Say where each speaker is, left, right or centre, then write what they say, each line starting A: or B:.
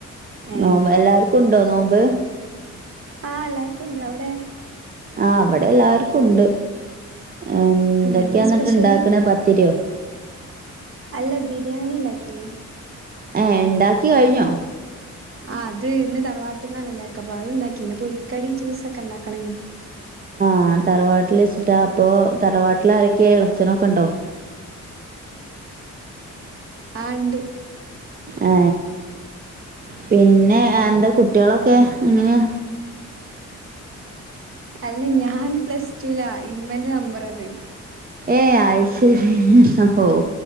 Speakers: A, on the right; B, on the right.
A: ഏ
B: നോമ്പ് എല്ലാർക്കും ഉണ്ടോ നോമ്പ്
A: ആ എല്ലാർക്കും ഉണ്ട് അവിടെ
B: ആ അവിടെ എല്ലാവർക്കും ഉണ്ട് എന്തൊക്കെയാ
A: എന്താ
B: എന്നിട്ട്
A: സ്പെഷ്യല്
B: ഇണ്ടാക്കണേ പത്തിരിയോ
A: അല്ല ബിരിയാണി ഉണ്ടാക്കിനി
B: ഏ ഉണ്ടാക്കി കഴിഞ്ഞോ
A: ആ് അത് ഇന്ന് തറവാട്ട്ന്നാണല്ലാർക്ക അപ്പൊ അത് ഉണ്ടാക്കി പൊരിക്കടി ജ്യൂസൊക്കെ ഉണ്ടാക്കണം
B: ആ തറവാട്ടിൽ വെച്ചിട്ടാ അപ്പൊ തറവാട്ടിൽ ആരൊക്കെ ഇളച്ചനൊക്കെ ഉണ്ടോ
A: ആണ്ട്
B: ഏ പിന്നെ എന്താ കുട്ടികളൊക്കെ എങ്ങനെയ
A: അല്ല ഞാൻ പ്ലസ് ടുലാ ഇമ്മന്റെ നമ്പർ അത്
B: ഏയ് ആ ശരിഹോ